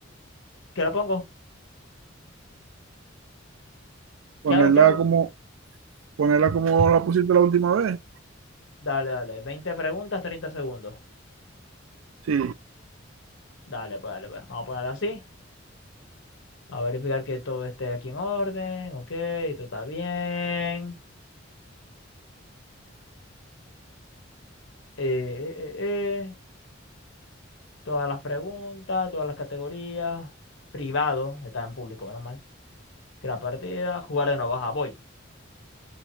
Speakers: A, on the left; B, on the right.
A: ¿qué lo pongo?
B: ponerla
A: ¿Qué hago? ¿Qué hago?
B: como, ponerla como la pusiste la última vez.
A: Dale, dale. 20 preguntas, 30 segundos.
B: Sí,
A: Dale, pues, dale, pues. Vamos a ponerlo así. a verificar que todo esté aquí en orden. Ok, todo está bien. Eh, eh, eh, eh. Todas las preguntas, todas las categorías. Privado, está en público, menos mal. Crear partida, jugar de nuevo. Ajá, voy.